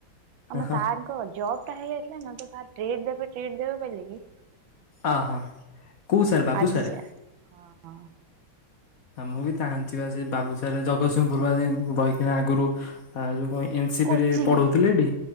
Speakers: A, on the right; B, on the left.
A: ଆମ
B: ହଁ
A: ସାର ଙ୍କ ଜବ ହେଇ ଯାଇ ଥିଲାନା ସାର୍ ତ ଟ୍ରିଟ ଦେବେ ଟ୍ରିଟ୍ ଦେବେ ବୋଲି କି
B: ଅହୋ କୋଉ ସାର୍ ବାବୁ
A: ଆଜି
B: ସାରେ।
A: ଯାଏ ହଁ ହଁ।
B: ହଁ ମୁଁ ବି ଜାଣିଛି ବା ସେ ବାବୁସାରେ ଜଗତସିଂହପୁର ବା ରହିକିନା ଆଗରୁ ଆଉ ଯୋଉ କଣ ଏନ ସପି
A: କୋଚିଂ
B: ରେ ପଢଉଥିଲେ ତି?